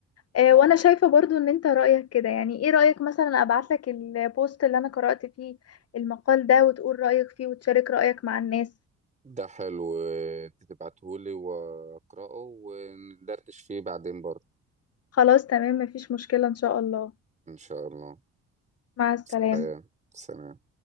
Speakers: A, on the left (about 55°); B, on the right (about 25°).
A: آه، وانا شايفة برضو ان انت رأيك كده يعني ايه رأيك مثلا ابعتلك البوست اللي انا قرأت فيه المقال ده وتقول رأيك فيه وتشارك رأيك مع الناس
B: ده حلو انت تبعتهولي واقراه وندردش فيه بعدين برضه
A: خلاص تمام مفيش مشكلة ان شاء الله
B: ان شاء الله
A: مع السلامة
B: سلام سلام